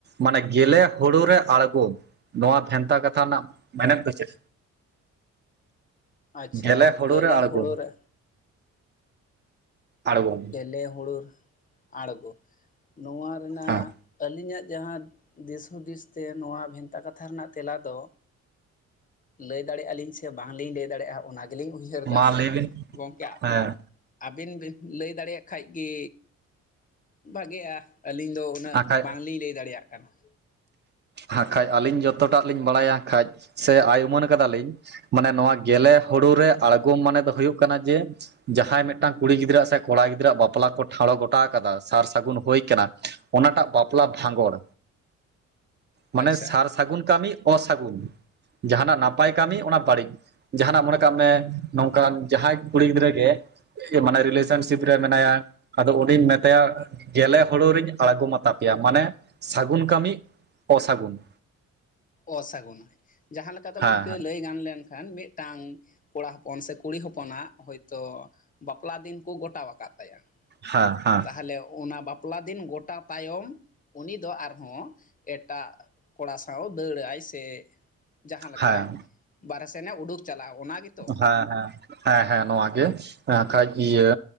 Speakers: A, on the right (about 35°); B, on the left (about 30°).
A: ᱢᱟᱱᱮ ᱜᱮᱞᱮ ᱦᱩᱲᱩ ᱨᱮ ᱟᱬᱜᱚᱢ ᱾ ᱱᱚᱣᱟ ᱵᱷᱮᱱᱛᱟ ᱠᱟᱛᱷᱟ ᱨᱮᱱᱟᱜ ᱢᱮᱱᱮᱛ ᱫᱚ ᱪᱮᱫ?
B: ᱟᱪᱪᱷᱟ
A: ᱜᱮᱞᱮ ᱦᱩᱲᱩ ᱨᱮ ᱟᱬᱜᱚᱢ
B: ᱦᱩᱲᱩ ᱨᱮ
A: ᱟᱬᱜᱚᱢ ᱾
B: ᱜᱮᱞᱮ ᱦᱩᱲᱩ ᱟᱬᱜᱚ ᱱᱚᱣᱟ ᱨᱮᱱᱟᱜᱼᱼ
A: ᱦᱮᱸ
B: ᱟᱹᱞᱤᱧᱟᱜ ᱡᱟᱦᱟᱸ ᱫᱤᱥ ᱦᱩᱫᱤᱥ ᱛᱮ ᱱᱚᱣᱟ ᱵᱷᱮᱱᱛᱟ ᱠᱟᱛᱷᱟ ᱨᱮᱱᱟᱜ ᱛᱮᱞᱟ ᱫᱚᱼᱼ ᱞᱟᱹᱭ ᱫᱟᱲᱮᱭᱟᱜᱼᱟ ᱟᱞᱤᱧ ᱥᱮ ᱵᱟᱝᱞᱤᱧ ᱞᱟᱹᱭ ᱫᱟᱲᱮᱭᱟᱜᱼᱟ ᱚᱱᱟ ᱜᱮᱞᱤᱧ ᱩᱭᱦᱟᱹᱨᱫᱟ
A: ᱢᱟ ᱞᱟᱹᱭ ᱵᱤᱱ
B: ᱜᱚᱢᱠᱮ
A: ᱦᱮᱸ
B: ᱾ ᱟᱹᱵᱮᱱ ᱵᱤᱱ ᱞᱟᱹᱭ ᱫᱟᱲᱮᱭᱟᱜ ᱠᱷᱟᱡ ᱜᱮᱼᱼ ᱵᱷᱟᱜᱮᱜᱼᱟ ᱟᱹᱞᱤᱧ ᱫᱚ ᱩᱱᱟᱹᱜ
A: ᱵᱟᱠᱷᱟᱡ
B: ᱵᱟᱝᱞᱤᱧ ᱞᱟᱹᱭ ᱫᱟᱲᱮᱭᱟᱜᱼᱟ ᱠᱟᱱᱟ ᱾
A: ᱦᱟᱠᱷᱟᱡ ᱟᱹᱞᱤᱧ ᱡᱚᱛᱚᱴᱟᱜ ᱞᱤᱧ ᱵᱟᱲᱟᱭᱟ ᱦᱟᱠᱷᱟᱡ ᱥᱮ ᱟᱭ ᱩᱢᱟᱹᱱ ᱠᱟᱫᱟᱞᱤᱧ ᱢᱟᱱᱮ ᱱᱚᱣᱟ ᱜᱮᱞᱮ ᱦᱩᱲᱩ ᱨᱮ ᱟᱬᱜᱚᱢ ᱢᱟᱱᱮ ᱫᱚ ᱦᱩᱭᱩᱜ ᱠᱟᱱᱟ ᱡᱮ ᱡᱟᱦᱟᱸᱭ ᱢᱤᱫᱴᱟᱝ ᱠᱩᱲᱤ ᱜᱤᱫᱽᱨᱟᱹ ᱥᱮ ᱠᱚᱲᱟ ᱜᱤᱫᱽᱨᱟᱹᱣᱟᱜ ᱵᱟᱯᱞᱟ ᱠᱚ ᱴᱷᱟᱲᱚ ᱜᱚᱴᱟ ᱠᱟᱫᱟ ᱥᱟᱨ ᱥᱟᱹᱜᱩᱱ ᱦᱩᱭ ᱠᱟᱱᱟ ᱚᱱᱟᱴᱟᱜ ᱵᱟᱯᱞᱟ ᱵᱷᱟᱸᱜᱚᱲ ᱢᱟᱱᱮ
B: ᱟᱪᱪᱷᱟ
A: ᱥᱟᱨ ᱥᱟᱹᱜᱩᱱ ᱠᱟᱹᱢᱤ ᱚᱥᱟᱹᱜᱩᱱ, ᱡᱟᱦᱟᱸᱱᱟᱜ ᱱᱟᱯᱟᱭ ᱠᱟᱹᱢᱤ ᱚᱱᱟ ᱵᱟᱹᱲᱤᱡ᱾ ᱡᱟᱦᱟᱸᱱᱟᱜ ᱢᱚᱱᱮ ᱠᱟᱜ ᱢᱮ ᱱᱚᱝᱠᱟᱱ ᱡᱟᱦᱟᱸᱭ ᱠᱩᱲᱤ ᱜᱤᱫᱽᱨᱟᱹ ᱜᱮ ᱢᱟᱱᱮ ᱨᱤᱞᱮᱥᱚᱱᱥᱤᱯ ᱨᱮ ᱢᱮᱱᱟᱭᱟ, ᱟᱫᱚ ᱩᱱᱤᱧ ᱢᱮᱛᱟᱭᱟ ᱜᱮᱞᱮ ᱦᱩᱲᱳ ᱨᱤᱧ ᱟᱬᱜᱚᱢᱟᱛᱟ ᱯᱮᱭᱟ ᱢᱟᱱᱮ ᱥᱟᱹᱜᱩᱱ ᱠᱟᱹᱢᱤ ᱚ ᱥᱟᱹᱜᱩᱱ᱾
B: ᱚᱥᱟᱹᱜᱱᱟ, ᱡᱟᱦᱟᱸ ᱞᱮᱠᱟ ᱞᱮᱠᱟᱛᱮ
A: ᱦᱮᱸ
B: ᱜᱚᱢᱠᱮ
A: ᱦᱮᱸ
B: ᱞᱟᱹᱭ ᱜᱟᱱ ᱞᱮᱱᱠᱷᱟᱱ ᱢᱤᱫᱴᱟᱝ ᱠᱚᱲᱟ ᱦᱚᱯᱚᱱ ᱥᱮ ᱠᱩᱲᱤ ᱦᱚᱯᱚᱱᱟᱜ ᱦᱚᱳᱭᱛᱳ ᱵᱟᱯᱞᱟ ᱫᱤᱱ ᱠᱚ ᱜᱚᱴᱟ ᱠᱟᱫ ᱛᱟᱭᱟ,
A: ᱦᱮᱸ ᱦᱮᱸ᱾
B: ᱛᱟᱦᱚᱞᱮ ᱚᱱᱟ ᱵᱟᱯᱞᱟ ᱫᱤᱱ ᱜᱚᱴᱟ ᱛᱟᱭᱚᱢ ᱩᱱᱤ ᱫᱚ ᱟᱨᱦᱚᱸ ᱮᱴᱟᱜ ᱠᱚᱲᱟ ᱥᱟᱶ ᱫᱟᱹᱲᱟᱭ ᱥᱮ ᱡᱟᱦᱟᱸ ᱞᱮᱠᱟᱭ
A: ᱦᱮᱸ
B: ᱵᱟᱨᱦᱮ ᱥᱮᱱᱮ ᱩᱰᱩᱠ ᱪᱟᱞᱟᱜᱼᱟ ᱚᱱᱟ ᱜᱮᱛᱚ?
A: ᱦᱮᱸ ᱦᱮᱸ ᱦᱮᱸ ᱦᱮᱸ ᱱᱚᱣᱟ ᱜᱮ ᱟᱠᱷᱟᱡ ᱤᱭᱟᱹ